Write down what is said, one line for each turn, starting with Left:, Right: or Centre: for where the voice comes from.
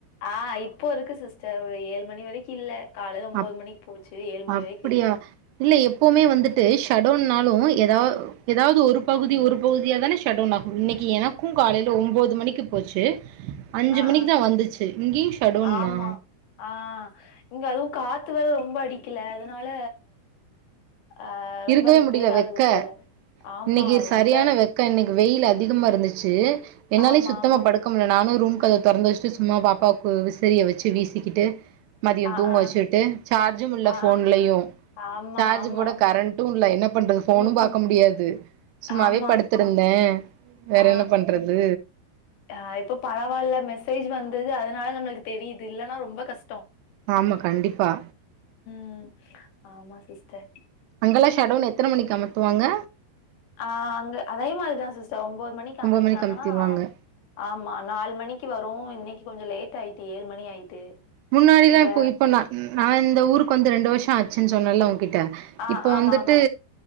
Left: அ இப்போ இருக்கு சிஸ்டர் ஒரு ஏழு மணி வரைக்கு இல்ல காலைல ஒம்போது
Right: அப்
Left: மணிக்கு போச்சு ஏழு மணி
Right: அப்டியா
Left: வரைக்கு இல்ல
Right: இல்ல எப்பவுமே வந்துட் டு ஷடோவுன்னாலு எதா எதாவது ஒரு பகுதி ஒரு பகுதியா தான ஷடோவுன் ஆகு இன்னைக் கி எனக்கு காலைல ஒம்போது மணிக்கு போச்சு அஞ்சு
Left: அ
Right: மணிக்கு
Left: அ
Right: தா வந்துச்சு இங்கேயு ஷடோன்மா
Left: ஆமா ஆ இங்க அதுவு காத்து வேற ரொம்ப அடிக்குல அதனால ஆ ரொம்ப
Right: இருக்கவே
Left: ரிப்பேர்
Right: முடியல
Left: ஆகுது
Right: வெக்க
Left: போல ஆமா
Right: இன்னைக்கு
Left: ரொம்ப
Right: சரியான வெக்க இன்னைக்கு வெயில் அதிகமா இருந்துச்சு என்னாலயே
Left: ஆமா
Right: சுத்தமா
Left: ஆமா
Right: படுக்க முல நானு ரூம் கதவ தொறந்து வச்சிட்டு சும்மா பாப்பாவுக்கு விசிறிய வெச்சு வீசிக்கிட்டு மதியொ
Left: ஆ
Right: தூங்க
Left: ஆ
Right: வெச்சுட்டு சார்ஜும் இல்ல
Left: ஆ
Right: ஃபோன்லயு
Left: ஆ ஆமா
Right: சார்ஜ்
Left: ஆமா
Right: போட கரண் டுல்ல என்ன பண்றது ஃபோனு
Left: ம்
Right: பாக்க
Left: ம்
Right: முடியாது சும்மாவே
Left: ஆமா
Right: படுத்துருந்தே வேற
Left: ஆ
Right: என்ன பண்றது
Left: ஆ இப்போ பரவால்ல மெசேஜ் வந்தது அதனால நம்மளுக்கு தெரியுது இல்லன்னா ரொம்ப கஷ்
Right: ஆமா கண்டிப்பா
Left: ம் ஆமா சிஸ்டர்
Right: அங்கெல்லா ஷடவுன் எத்தன மணிக்கு அமத்துவாங்க
Left: ஆ அங்க அதே மாரிதா சிஸ் டர் ஒன்பது மணிக்கு
Right: ஒம்போது
Left: அமத்துனாங்கன்னா
Right: அமத்திருவாங்க
Left: ஆமா நாலு மணிக்கு வரு இன்னைக் கி கொஞ்ச லேட் ஆயிட்டு ஏழு மணி ஆயிட்டு
Right: முன்னாடில்லா
Left: இங்க
Right: இப்பொ இப்பொ நா நா இந்த ஊருக்கு வந்து ரெண்டு வருஷொ ஆச்சுன்னு சொன்னேல்ல உங் கிட்ட
Left: ஆ
Right: இப்ப
Left: ஆமா
Right: வந்துட்டு
Left: ஆமா